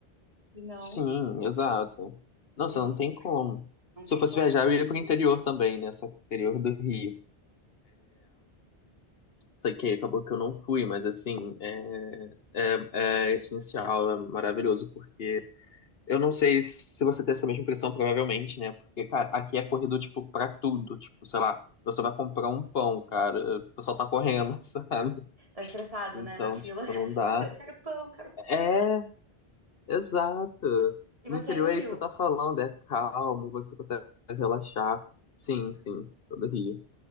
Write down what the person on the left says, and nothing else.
sim, exato. Nossa,
não tem como.
Se
eu fosse
viajar, eu ia pro interior também, né? Só que interior do Rio. Só que acabou que eu não fui, mas assim, é, é, é essencial, é maravilhoso, porque Eu não sei se você tem essa mesma impressão, provavelmente, né? Porque, cara, aqui é corrido, tipo, pra tudo. Tipo, sei lá, você vai comprar um pão, cara, o pessoal tá correndo, <laughs> sabe?
Então,
tipo,
não dá.
É, exato.
No
interior
é isso que você tá falando, é calmo, você consegue relaxar. Sim, sim, sou do Rio